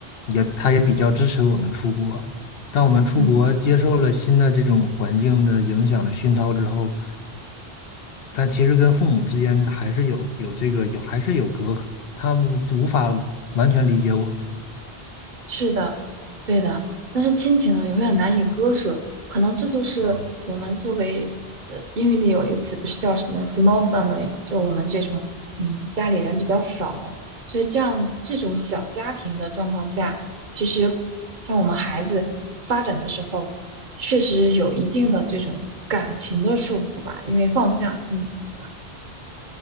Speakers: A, on the left; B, on the right.
A: 也他也比较支持我们出国，当我们出国接受了新的这种环境的影响的熏陶之后，
B: 嗯。
A: 但其实跟父母之间还是有有这个有还是有隔阂，他无无法完全理解我
B: 是的，对的，但是亲情呢，永远难以割舍。可能这就是我们作为呃，
A: 们。啊，
B: 英语里有一个词不是叫什么 small family 嘛，就是我们这种嗯家里人比较少的，所以这样这种小家庭的状况下，其实像我们孩子发展的时候，确实有一定的这种感情的束缚吧，因为放不下父母，对吧？